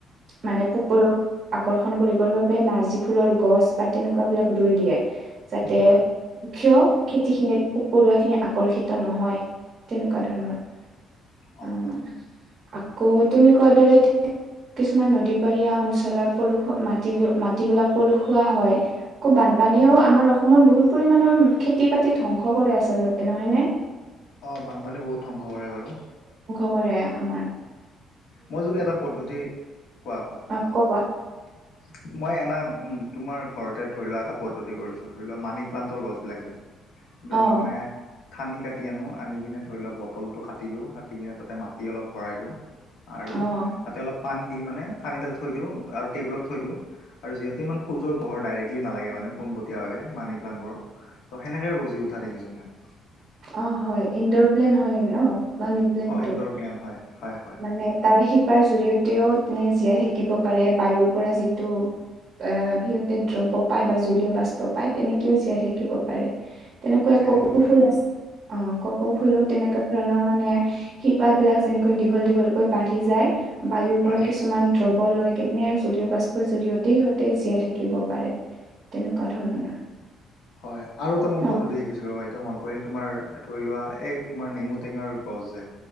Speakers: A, on the right; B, on the left.
A: মানে পোক পৰু- আকৰ্ষণ কৰিবৰ বাবে নাৰ্জী ফুলৰ গছ বা তেনেকুৱা বিলাক ৰুই দিয়ে, যাতে-
B: হয়
A: ক্ষয় খেতিখিনিত পোক পৰুৱাখিনি আকৰ্ষিত নহয়। তেনেকুৱা ধৰণৰ,
B: হয় অঁ
A: অঁ' আকৌ তুমি কোৱা কোৱাৰ দৰে- কিছুমান নদী পাৰীয়া অঞ্চলত পলখোৱা মাটিৰো- মাটিবিলাক পলখোৱা হয়। আকৌ বানপানীও
B: হয়
A: আমাৰ অস- অসমত বহুত পৰিমানৰ খেতি বাতি ধ্বংস কৰে আচলতে, নহয় নে?
B: অঁ বানপানী বহুত ধ্বংস কৰে বাৰু।
A: ধ্বংস কৰে আমাৰ।
B: মই যদি এটা পদ্ধতি, কোৱা কোৱা।
A: অঁ ক'ক বা
B: <unintelligible> মই এনা উম তোমাৰ ঘৰতে ধৰি লোৱা এটা পদ্ধতি কৰিছো ধৰি লোৱা মানি প্লান্তৰ গছবিলাক যে। এই বিলাকৰ
A: অ'
B: মানে থানি কাটি আনো আনি কিনে ধৰি লওক বটলটো কাটি দিওঁ কাটি কিনে তাতে মাটি অলপ ভৰাই দিওঁ। আৰু
A: অ'
B: তাতে অলপ পানী দি মানে থানিডাল থৈ দিওঁ আৰু টেবুলত থৈ দিওঁ। আৰু যিহেতু ইমান সূৰ্যৰ পোহৰৰ ডৰেক্লি নালাগে মানে পোনপটীয়া ভাৱে মানি প্লানবোৰৰ। ত সেনেকে গজি উঠা দেখিছো মই।
A: অ হয় ইন্দোৰ প্লেন হয় ন। মানি প্লেনটো
B: অ ইন্দোৰ গ্লেন হয় হয় হয়।
A: মানে তাৰ শিপাৰ জৰিয়তেও তেনে জীয়াই থাকিব পাৰে বায়ুৰ পৰা যিটো এ সিহঁতে দ্ৰব্য পায় বা জলীয় বাষ্প পায় তেনেকেও জীয়াই থাকিব পাৰে। তেনেকুৱা
B: জীয়াই
A: এক কপৌ
B: থাকিব পাৰে
A: ফুল
B: হয়
A: আছে। অ কপৌ
B: হয়
A: ফুলো তেনেকুৱা ধৰণৰ মানে শিপা বিলাক যেনেকৈ দীঘল দীঘল বাঢ়ি যায় বায়ুৰ
B: হয়
A: পৰা কিছুমান দ্ৰব লয় কেনে জলীয় বাস্পৰ জৰিয়তেই সিহঁতে জীয়াই থাকিব পাৰে। তেনেকুৱা ধৰণৰ।
B: হয়ঁ! আৰু এটা মই
A: অ
B: পদ্ধতি শিকিছিলো ৰ এতিয়া মই পৰিল তোমাৰ ধৰি লোৱা এই তোমাৰ নেমু টেঙাৰ গছ যে।